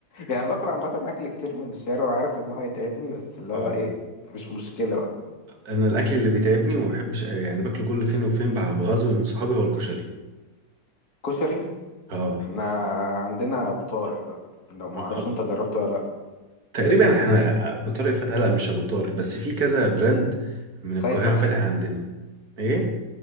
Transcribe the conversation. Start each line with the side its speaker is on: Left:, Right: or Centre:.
Left: يعني باكل عامه اكل كتير من الشارع وعارف ان هو هيتعبني بس اللي
Right: اه
Left: هو ايه مش مشكله بقى
Right: انا الاكل اللي بيتعبني وما بحبش يعني باكله كل فين وفين بع- بغزو من صحابي هو الكشري
Left: كشري
Right: اه
Left: احنا عندنا ابو طارق بقى لو ما
Right: اه
Left: اعرفش انت جربته ولا لا
Right: تقريبا احنا آه، ابو طارق فتح لا مش ابو طارق بس في كذا براند من
Left: سيد
Right: القاهره
Left: حنفي
Right: فاتح عندنا ايه